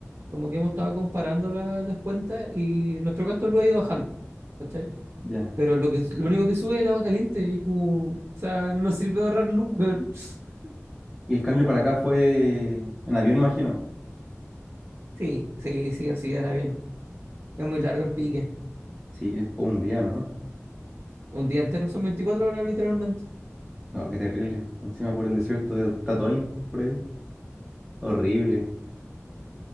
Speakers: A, on the right; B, in the centre.
A: como que hemos estado comparando la- las cuentas y nuestro gasto lo ha ido bajando. ¿Cachai?
B: Ya.
A: Pero lo que, lo único que sube es el agua caliente y como, o sea, no nos sirve ahorrar luz, weón. <laughs>
B: Y el cambio para acá fue en avión, imagino.
A: Sí, sí, sí, así era bien. Es muy largo el pique.
B: Sí, es como un día, ¿no?
A: Un día entero son 24 horas literalmente.
B: No, qué terrible. Encima por el desierto de Tatoín, por ahí. Horrible.